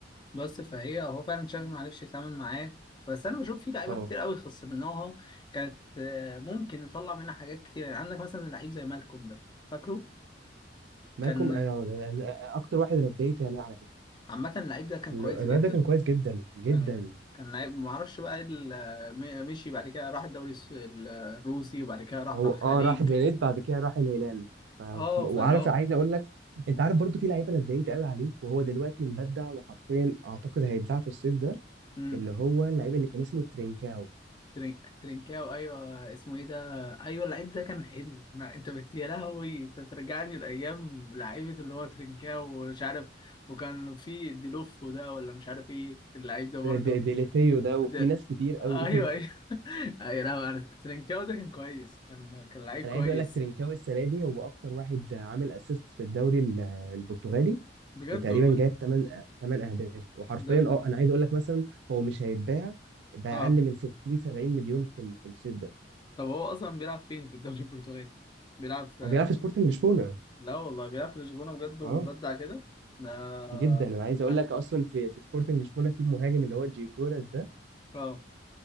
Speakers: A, on the left; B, on the right.
A: بس فهي هو فعلا تشافي ما عرفش يتعامل معاه بس انا بشوف في لعيبه
B: اه
A: كتير قوي خسرناها كانت آه، ممكن نطلع منها حاجات كتير يعني عندك مثلا لعيب زي مالكوم ده فاكره
B: مالكوم
A: كان
B: اه ده- ده اكتر واحد انا اتضايقت عليه على فكره
A: عامه اللعيب ده كان
B: ال-
A: كويس
B: الواد
A: جدا
B: ده كان كويس جدا جدا
A: كان كان لعيب ما اعرفش بقى ايه ال- آه، م- مشي بعد كده راح الدوري الس- ال- الروسي وبعد كده راح
B: هو
A: على الخليج
B: اه راح الزينات بعد كده راح الهلال ف-
A: اه
B: وعارف
A: فاللي هو
B: عايز اقول لك انت عارف برضو في لعيب انا اتضايقت قوي عليه وهو دلوقتي مبدع وحرفيا اعتقد هيتباع في الصيف ده
A: مم.
B: اللي هو اللعيب اللي كان اسمه ترينكاو
A: ترين... ترينكاو ايوه اسمه ايه ده ايوه اللعيب ده كان حلو أنا... انت بت... يا لهوي انت بترجعني لايام لعيبه اللي هو ترينكاو ومش عارف وكان في ديلوفو ده ولا مش عارف ايه اللعيب ده برضه
B: د- ديليفيو ده
A: ده
B: وفي ناس كتير
A: ايوه
B: قوي <laughs>
A: ايوه <laughs> ايوه لا أنا... ترينكاو ده كان كويس كان كان لعيب
B: انا
A: كويس
B: عايز اقول لك ترينكاوي السنه دي هو اكتر واحد عامل اسيست في الدوري ال- البرتغالي
A: بجد
B: وتقريبا
A: والله
B: جايب 8 8 اهداف وحرفيا
A: ده ب...
B: اه انا عايز اقول لك مثلا هو مش هيتباع باقل
A: اه
B: من 60 70 مليون في ال- في الصيف ده
A: طب هو اصلا بيلعب فين في الدوري البرتغالي بيلعب في
B: هو بيلعب في سبورتنج لشبونه
A: لا والله بيلعب في لشبونه بجد ومبدع
B: اه
A: كده ده
B: جدا انا عايز اقول
A: أنا-
B: لك اصلا في في سبورتنج لشبونه في المهاجم اللي هو جيوكوراس ده
A: اه